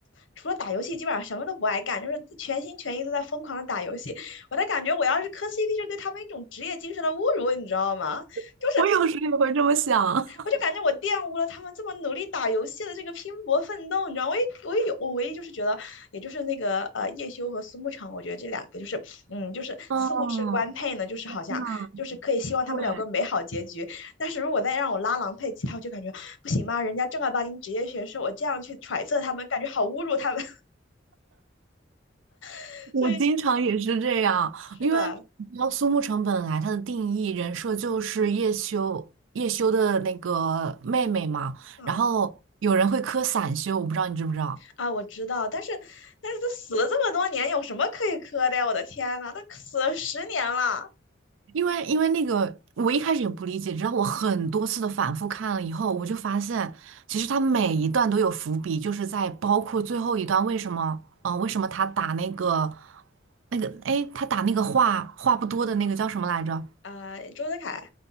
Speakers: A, on the left (about 80°); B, on the right (about 85°).
A: 除了打游戏，基本上什么都不爱干，就是全心全意都在疯狂的打游戏。我的感觉，我要是磕 CP，就是对他们一种职业精神的侮辱，你知道吗？
B: <laughs>
A: 就是
B: 我有时也会这么想。<laughs>
A: 我就感觉我玷污了他们这么努力打游戏的这个拼搏奋斗，你知道，我也我也有，我唯一就是觉得，也就是那个呃叶修和苏沐橙，我觉得这两个就是嗯，就是似乎是官配呢，
B: 嗯，
A: 就是好像就是可以希望他们两个美好结局，
B: 那对。
A: 但是如果再让我拉郎配其他，我就感觉不行吧，人家正儿八经职业选手，我这样去揣测他们，感觉好侮辱他们，<laughs>
B: 我经常也是这样，
A: 所以是吧？
B: 因为你知道苏沐橙本来她的定义人设就是叶修叶修的那个妹妹嘛，
A: 嗯
B: 然后有人会磕散修，我不知道你知不知道，
A: 啊，我知道，但是但是都死了这么多年，有什么可以磕的呀？我的天呐，都死了十年了
B: 因为因为那个我一开始也不理解，直到我很多次的反复看了以后，我就发现其实他每一段都有伏笔，就是在包括最后一段为什么啊、呃为什么他打那个那个哎他打那个话话不多的那个叫什么来着？
A: 啊、呃周泽楷。